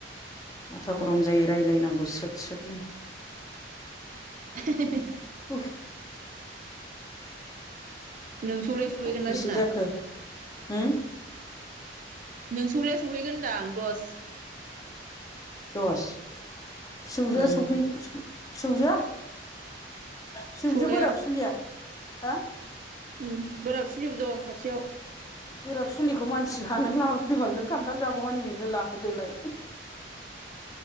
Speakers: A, on the left; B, on the right.
A: माथा गरम जायो रायज्लायनांगौ स्रोद स्रोदनो
B: <unintelligible>
A: उफ
B: नोंसौलाया सहैगोन ना
A: बेसे
B: जोंना
A: जाखो होम
B: नोंसौलाया सौहैगोन होनदां दस
A: दस फिसौजोआ
B: उम
A: सौफै फिसौजोआ फिसौजो
B: सौलाया
A: बोराब सोुलिया हो
B: ओम बोराब सुलिबो दं खाथियाव
A: बोराब सुलिखौ मानसि लानो लाबोदबाल नों खान्थाल जागौमानि बेनो लाहोदोलाय